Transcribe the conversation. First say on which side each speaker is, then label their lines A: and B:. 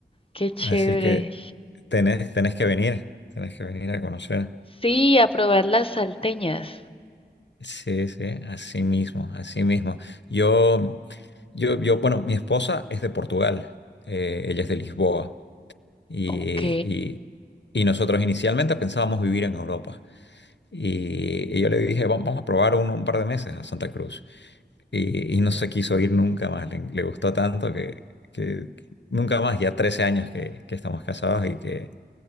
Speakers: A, on the left (about 30°); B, on the left (about 80°).
A: qué chévere.
B: Así que tenés, tenés que venir, tenés que venir a conocer.
A: Sí, a probar las salteñas.
B: Sí, sí, así mismo, así mismo. Yo, yo, yo, bueno, mi esposa es de Portugal, eh, ella es de Lisboa y,
A: Ok.
B: y- y nosotros inicialmente pensábamos vivir en Europa. Y, y yo le dije, "Vam- vamos a probar un, un par de meses a Santa Cruz. Y, y no se quiso ir nunca más, le, le gustó tanto que, que nunca más, ya 13 años que, que estamos casados y que